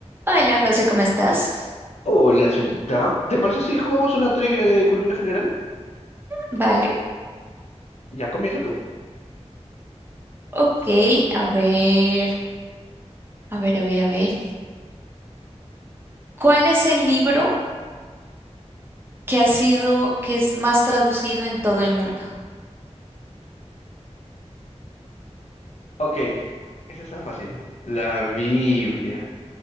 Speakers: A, on the right; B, on the left.
A: Hola José, ¿cómo estás?
B: Hola, Sarita. ¿Te parece si jugamos una trivia de cultura general?
A: Vale,
B: Ya, comienza tú.
A: ok, a ver, a ver, a ver, a ver. ¿Cuál es el libro que ha sido, que es más traducido en todo el mundo?
B: Ok, esa está fácil. La Biblia.